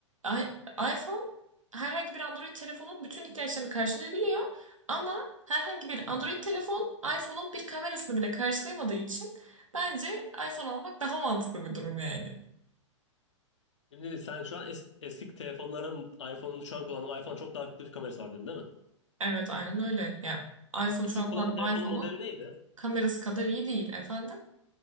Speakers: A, on the right; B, on the left.
A: i- iPhone herhangi bir Android telefonun bütün ihtiyaçlarını karşılayabiliyor ama herhangi bir Android telefon iPhone'un bir kamerasını bile karşılayamadığı için bence iPhone almak daha mantıklı bir durum yani.
B: Şimdi sen şu an es eski telefonların iPhone'unu şu an kullandığın iPhone çok daha kötü kamerası var dedin değil mi?
A: Evet aynen öyle. Ya iPhone
B: Eski
A: şu an
B: kullandığın
A: kullandığım
B: telefonun
A: iPhone'un
B: modeli neydi?
A: Kamerası kadar iyi değil efendim.